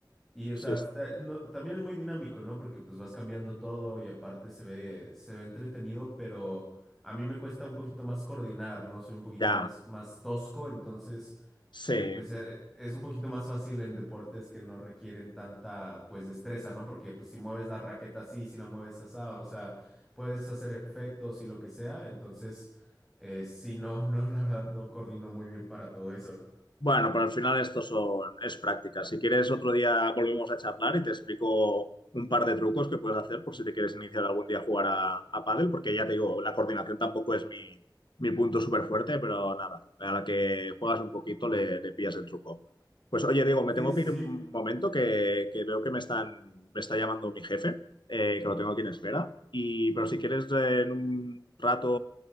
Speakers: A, in the centre; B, on the left.
A: Y, o
B: sí,
A: sea, está-
B: sí.
A: no- también es muy dinámico, ¿no? Porque pues vas cambiando todo y aparte se ve, se ve entretenido, pero a mí me cuesta un poquito más coordinar, ¿no? Soy un poquito
B: Ya,
A: más, más tosco, entonces,
B: sí.
A: eh, pues eh, es un poquito más fácil en deportes que no requieren tanta, pues, destreza, ¿no? Porque pues si mueves la raqueta así, si la mueves asá, o sea, puedes hacer efectos y lo que sea, entonces, eh, sí, no, <laughs> no, la verdad no coordino muy bien para todo eso.
B: Bueno, pero al final esto son, es práctica. Si quieres, otro día volvemos a charlar y te explico un par de trucos que puedes hacer por si te quieres iniciar algún día a jugar a, a pádel, porque ya te digo, la coordinación tampoco es mi, mi punto súper fuerte, pero nada, a la que juegas un poquito le, le pillas el truco. Pues oye, Diego, me
A: Sí,
B: tengo
A: sí,
B: que ir
A: sí.
B: un momento que, que veo que me están, me está llamando mi jefe, eh, que lo tengo aquí en espera. Y, pero si quieres, eh, en un rato,